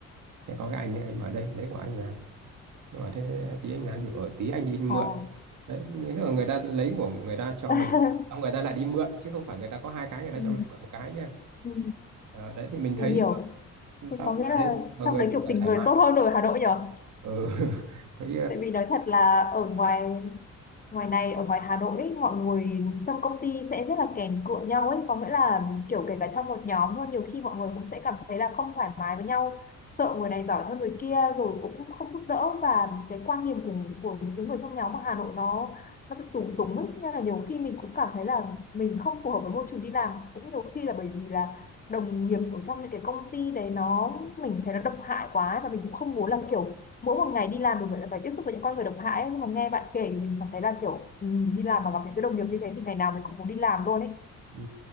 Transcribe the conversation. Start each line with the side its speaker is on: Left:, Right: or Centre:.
Right: thế có cái anh ấy anh vào đây lấy của anh làm nhưng mà thế tí anh làm gì ở tí anh đi anh
Left: à.
Right: mượn đấy nghĩa là người ta lấy của người ta cho
Left: <laughs>
Right: mình xong người ta lại đi mượn chứ không phải người ta có hai cái người ta
Left: ừ,
Right: cho mình mượn một cái nha,
Left: ừ,
Right: Ờ, đấy thì mình thấy
Left: mình hiểu.
Right: ờ,
Left: Thế
Right: sao
Left: có
Right: mà
Left: nghĩa là
Right: ở đây mọi
Left: trong
Right: người
Left: đấy
Right: cũng
Left: kiểu
Right: phải
Left: tình
Right: thoải
Left: người
Right: mái
Left: tốt hơn ở Hà Nội nhở?
Right: ừ. <laughs> cái
Left: Tại vì nói thật là ở ngoài ngoài này ở ngoài Hà Nội ấy, mọi người trong công ty sẽ rất là kèm cựa nhau ấy có nghĩa là kiểu kể cả trong một nhóm luôn nhiều khi mọi người cũng sẽ cảm thấy là không thoải mái với nhau sợ người này giỏi hơn người kia rồi cũng không giúp đỡ và cái quan điểm của của những cái người trong nhóm ở Hà Nội nó nó cứ túng túng ấy nên là nhiều khi mình cũng cảm thấy là mình không phù hợp với môi trường đi làm cũng nhiều khi là bởi vì là đồng nghiệp ở trong những cái công ty đấy nó mình thấy nó độc hại quá và mình cũng không muốn là kiểu mỗi một ngày đi làm mình lại phải tiếp xúc với những con người độc hại ấy. nhưng mà nghe bạn kể thì mình cảm thấy là kiểu ừ, đi làm mà gặp những cái đồng nghiệp như thế thì ngày nào mình cũng muốn đi làm luôn ấy
Right: Ừ.